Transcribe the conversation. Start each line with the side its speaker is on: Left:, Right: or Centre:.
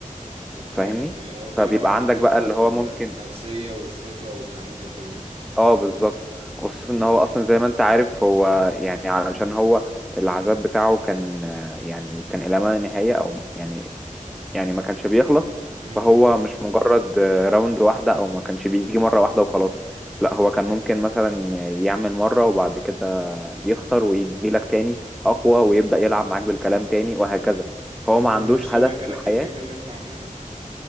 Right: اوكي
Centre: فاهمني
Right: يعني هو بيلعب
Centre: فبيبقى
Right: على
Centre: عندك
Right: الحتة
Centre: بقى اللي
Right: ال-
Centre: هو ممكن
Right: النفسية والثقة والكلام ده كله
Centre: اه بالظبط خصوصا ان هو اصلا زي ما انت عارف هو يعني علشان هو العذاب بتاعه كان آه، يعني كان الى ما لا نهاية او يعني يعني ما كانش بيخلص
Right: امم
Centre: فهو مش مجرد آه، راوند واحدة او ما كانش بيجي مرة واحدة وخلاص لا هو كان ممكن مثلا يعمل مرة وبعد كده يخسر ويجي لك تاني اقوى ويبدأ يلعب معاك بالكلام تاني وهكذا هو
Right: وانتم
Centre: ما عندوش
Right: ماشيينها
Centre: هدف
Right: كده
Centre: في الحياة
Right: في الجيم اللي انتوا عاملينها